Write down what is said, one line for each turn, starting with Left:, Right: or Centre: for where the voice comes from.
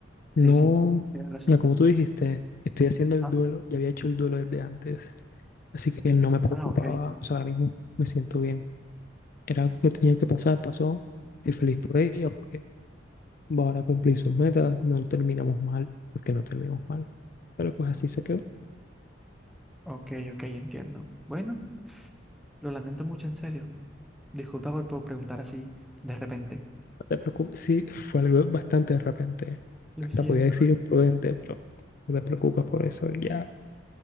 Left: no,
Centre: sí, sí, tienes razón.
Left: ya como tú dijiste, estoy haciendo el
Centre: Ah,
Left: duelo, ya había hecho el duelo desde antes, así que no me preocupaba,
Centre: ah, ok,
Left: o sea, ahora mismo me siento bien. Era algo que tenía que pasar, pasó, estoy feliz por ella, porque Bora cumplir sus metas, no terminamos mal, porque no terminamos mal. Pero pues así se quedó, no
Centre: ok, ok, entiendo. Bueno, lo lamento mucho, en serio. Disculpa por, por preguntar así de repente.
Left: te preocupes. Sí, fue algo bastante de repente.
Centre: Lo
Left: Hasta
Centre: siento.
Left: podía decir imprudente, pero no te preocupes por eso, ya